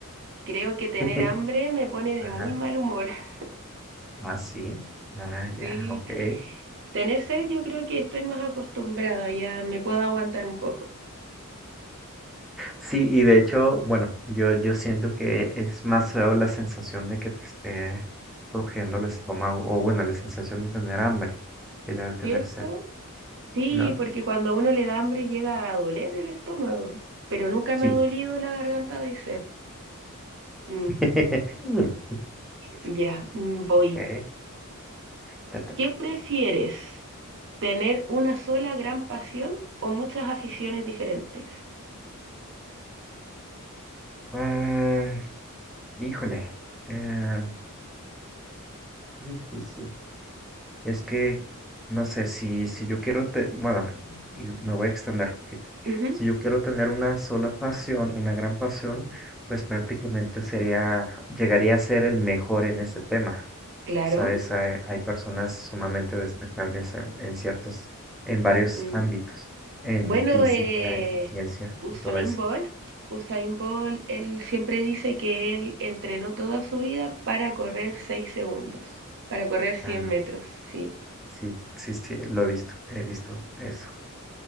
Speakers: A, on the right; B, in the centre.
A: Creo que tener
B: <laughs>
A: hambre me pone de
B: Ajá.
A: muy mal humor. <laughs>
B: así. Ah, sí. Ah, ya,
A: Sí,
B: ok.
A: tener sed yo creo que estoy más acostumbrada, ya me puedo aguantar un poco,
B: Sí, y de hecho, bueno, yo, yo siento que es más feo la sensación de que te esté rugiendo el estómago, o bueno, la sensación de tener hambre que la de tener
A: ¿cierto?
B: sed,
A: Sí,
B: ¿no?
A: porque cuando a uno le da hambre llega a doler el estómago, pero nunca
B: Sí.
A: me ha dolido la garganta de sed. Mm,
B: <laughs> Sí, sí,
A: ya, mm, voy.
B: ok. Te toca.
A: ¿Qué prefieres? ¿Tener una sola gran pasión o muchas aficiones diferentes?
B: Mm, híjole. eh, difícil. Es que, no sé, si, si yo quiero, te- bueno, y me voy a extender un poquito.
A: Ujú,
B: Si yo quiero tener una sola pasión, una gran pasión, pues prácticamente sería, llegaría a ser el mejor en este tema.
A: claro.
B: Sabes, hay, hay personas sumamente destacables en, en ciertos, en varios
A: mm.
B: ámbitos, en
A: Bueno,
B: física,
A: eh,
B: en ciencia,
A: Usain
B: y todo eso.
A: Bolt, Usain Bolt, él siempre dice que él entrenó toda su vida para correr 6 segundos, para correr 100
B: Am,
A: metros, sí.
B: sí, sí, sí, lo he visto, he visto eso.